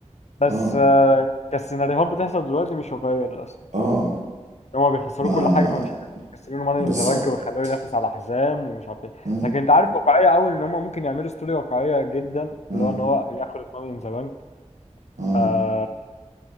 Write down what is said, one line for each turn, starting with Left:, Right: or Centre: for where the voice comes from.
Left: بس
Right: اه
Left: آه، كالسيناريوهات بتحصل دلوقتي مش واقعية للأسف
Right: اه
Left: هما بيخسروا
Right: ما
Left: كل حاجة فمش هيبقوا مكسبينه ماني
Right: بالظبط
Left: ان ذا بانك ويخلوه ينافس على حزام ومش عارف ايه
Right: اه
Left: لكن انت عارف واقعية قوي ان هما ممكن يعملوا ستوري واقعية جدا
Right: اه
Left: اللي هو ان هو ياخد الماني ان ذا بانك
Right: اه
Left: آه،